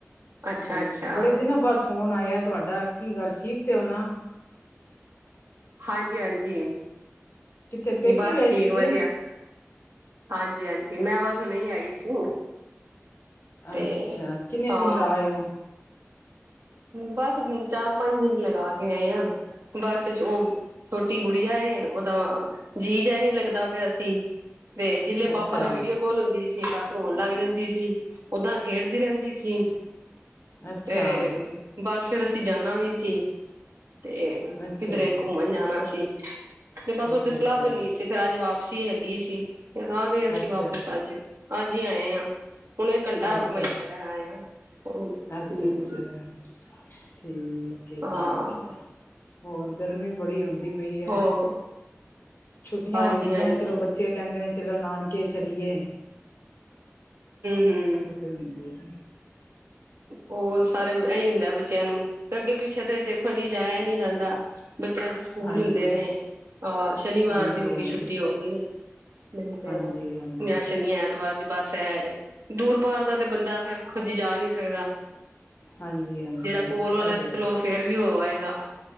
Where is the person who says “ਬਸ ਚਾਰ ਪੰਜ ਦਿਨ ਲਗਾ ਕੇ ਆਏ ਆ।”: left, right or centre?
Right